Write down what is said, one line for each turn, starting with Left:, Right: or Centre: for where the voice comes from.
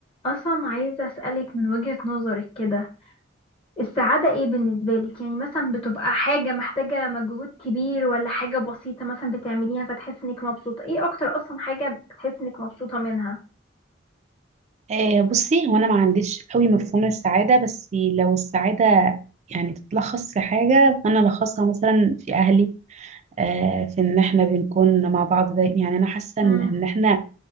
Left: اصلا عايزه اسالك من وجهة نظرك كده السعاده ايه بالنسبه لك يعني مثلا بتبقى حاجه محتاجه مجهود كبير ولا حاجه بسيطه مثلا بتعمليها فتحس انك مبسوطه ايه اكتر اصلا حاجه بتحس انك مبسوطه منها
Right: آه، بصي هو انا ما عنديش قوي مفهوم السعاده بس لو السعاده يعني تتلخص في حاجه فانا لخصها مثلا في اهلي آه، في ان احنا بنكون مع بعض داي- يعني انا حاسه
Left: امم
Right: ان إن احنا